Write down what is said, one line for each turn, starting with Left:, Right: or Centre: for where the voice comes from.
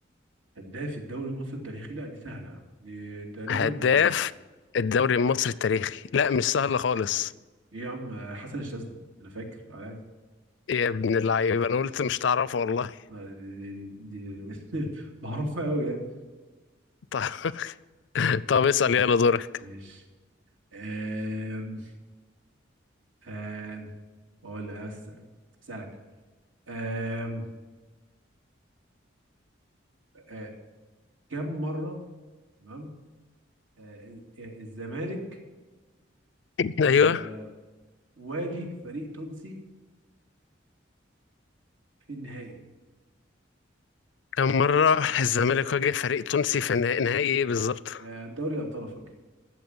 Right: هداف الدوري المصري التاريخي لا دي سهله يعني دي تقريبا
Left: هداف
Right: آه،
Left: الدوري المصري التاريخي لا مش سهل خالص
Right: ايه يا عم آه، حسن الشاذلي انا فاكر عادي
Left: إيه يا ابن اللعيبه انا قلت مش تعرف والله
Right: لا، دي دي دي, دي <laughs> معروفه قوي يعني
Left: <laughs> طب طب اسال يلا دورك
Right: ماشي أم أم بقول أس- اسالك أم أه، كم مره تمام أه، الزمالك
Left: <laughs>
Right: أه،
Left: ايوه
Right: واجه فريق تونسي في النهائي
Left: كم مره الزمالك واجه فريق تونسي في النا- نهائي ايه بالظبط
Right: أه، دوري ابطال افريقيا